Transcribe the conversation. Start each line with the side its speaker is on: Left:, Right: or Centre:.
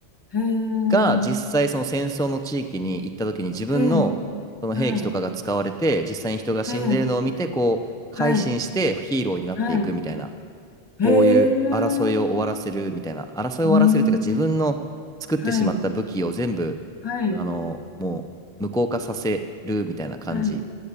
Left: へー、
Centre: が実際その戦争の地域に行った時に自分のその兵器とかが使われて実際に人が死んでるのを見てこう改心してヒーローになっていくみたいな
Left: えー、はい、えー、はい、はい、
Centre: こういう争いを終わらせるみたいな争いを終わらせるというか自分の作ってしまった武器を全部あのもう無効化させるみたいな感じ
Left: へー、うーん、はい、はい、はい、